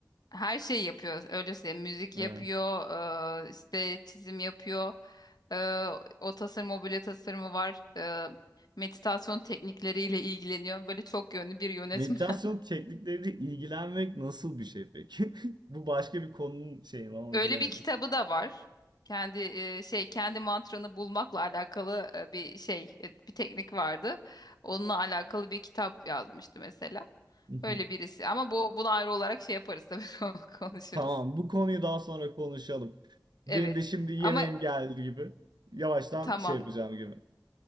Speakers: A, on the left (about 60°); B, on the right (about 75°).
A: Her şeyi yapıyor. Öyle söyleyeyim. Müzik yapıyor,
B: Evet.
A: eee, işte çizim yapıyor. Eee, o tasarım, mobilya tasarımı var. Eee, meditasyon teknikleriyle ilgileniyor. Böyle çok yönlü bir yönetmen.
B: Meditasyon teknikleriyle ilgilenmek nasıl bir şey peki? <laughs> Bu başka bir konunun şeyi
A: <laughs>
B: ama
A: Öyle
B: bilemedim.
A: bir kitabı da var. Kendi eee, şey kendi mantranı bulmakla alakalı eee, bir şey, e, bir teknik vardı. Onunla alakalı bir kitap yazmıştı mesela.
B: <laughs>
A: Öyle birisi. Ama bu bunu ayrı olarak şey yaparız tabii <laughs> ko- konuşuruz.
B: Tamam, bu konuyu daha sonra konuşalım.
A: Evet.
B: Benim de şimdi yemeğim
A: Ama
B: geldi gibi. Yavaştan
A: tamam.
B: şey yapacağım gibi.